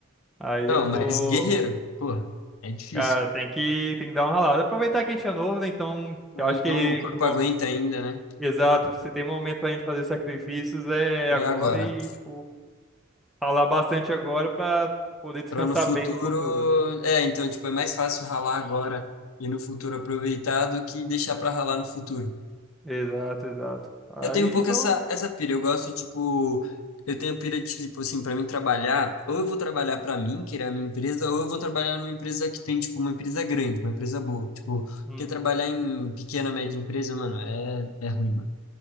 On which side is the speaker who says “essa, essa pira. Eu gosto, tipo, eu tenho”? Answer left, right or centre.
Left